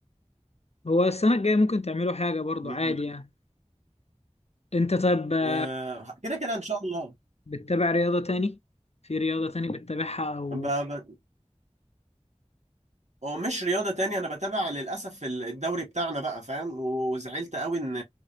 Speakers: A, on the left (about 60°); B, on the right (about 70°).
A: هو السنة الجاية ممكن تعملوا حاجة برضو
B: م-
A: عادي يعني انت طب آه،
B: آه، كده كده ان شاء الله
A: بتتابع رياضة تاني في رياضة تاني بتتابعها او
B: ب... ب... هو مش رياضة تانية أنا بتابع للأسف ال- الدوري بتاعنا بقى فاهم وزعلت قوي إن